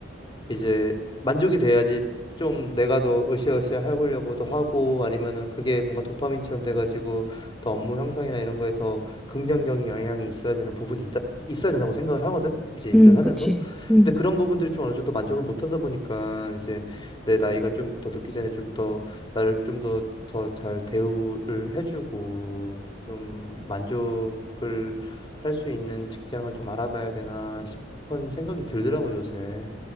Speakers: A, on the left (about 25°); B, in the centre.
A: 이제 만족이 돼야지 좀 내가 더 으쌰으쌰 해보려고도 하고 아니면은 그게 뭔가 도파민처럼 돼가지고 더 업무 향상이나 이런 거에 더 긍정적인 영향이 있어야 되는 부분이 있다, 있어야 된다고 생각을 하거든. 이제 일을
B: 응,
A: 하면서.
B: 그치, 응,
A: 근데 그런 부분들이 좀 어느 정도 만족을 못 하다 보니까 이제 내 나이가 좀 더 늦기 전에 좀 더 나를 좀 더 더 잘 대우를 해주고 좀 만족을 할 수 있는 직장을 좀 알아봐야 되나 싶은 생각이 들더라고 요새.